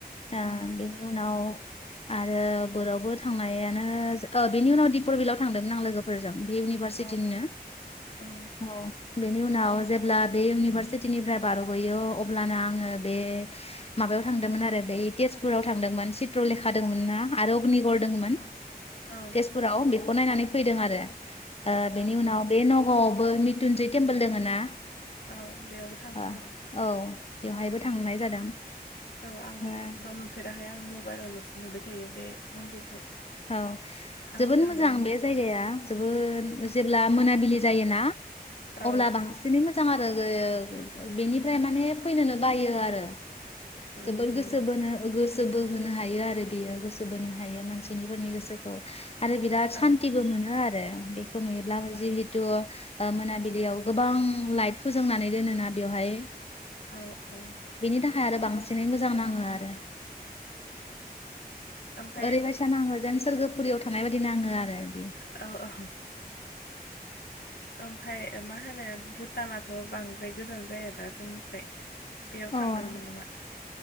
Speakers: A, on the left (about 40°); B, on the left (about 75°).
A: ओ
B: उम
A: बेनि उनाव आरो बोरावबो थांनायानो ओ बेनि उनाव दिपरबिलआव थांदोंमोन आं लोगो फोरजों बि इउनिभारसिटिनिनो
B: अ अ उम
A: औ ‌ बेनि उनाव जेब्ला बे इउनिभारसिटिनिफ्राय बार'गयो अब्लानो आङो बे माबायाव थांदोंमोन आरो दै तेजपुराव थांदोंमोन चित्र लेखादोंमोन ना आरो अगनिगर दोंमोन
B: अ औ
A: तेजपुराव बेखौ नायनानै फैदों आरो ओ बेनि
B: औ
A: उनाव बे नगावआवबो मिथुनजै टेम्पोल दोङो ना
B: औ बेयावबो थांदों
A: ओ
B: आरो?
A: औ बेवहायबो थांनाय जादों।
B: औ आंथ'
A: औ
B: नुफेराहाय आं मबाइलावल'स नुबाय थायो बे मन्दिरखौ।
A: औ
B: आं
A: जोबोद
B: थांनानै
A: मोजां बे जायगाया जोबोद जेब्ला मोनाबिलि जायोना
B: औ
A: अब्ला बांसि सिनै मोजां आरो गैयो बेनिफ्राय माने फैनोनो बायो आरो।
B: उम
A: जोबोर
B: उम
A: गोसो बोनो गोसो बोहोनो हायो आरो बियो गोसो बोनो हायो मानसि निफोरनि गोसोखौ आरो बिराद
B: औ
A: सान्तिबो मोनो आरो बे खौ नुयोब्ला
B: औ
A: जिहेतु ओ मोनाबिलियाव गोबां लाइट फोजोंनानै दोनोना बेवहाय
B: औ औ
A: बेनि थाखाय आरो बांसिनै मोजां नांङो आरो।
B: औ ओमफ्राय
A: ओरैबायसा नांङो जेन सोरगोफुरियाव थानाय बायदि नांङो आरो बि
B: औ औ ओमफ्राय मा होनो भुटानाथ' बां द्राय गोजान जाया दा जोंनिफ्राय बेयाव
A: औ
B: थांदोंमोन
A: अ
B: नामा?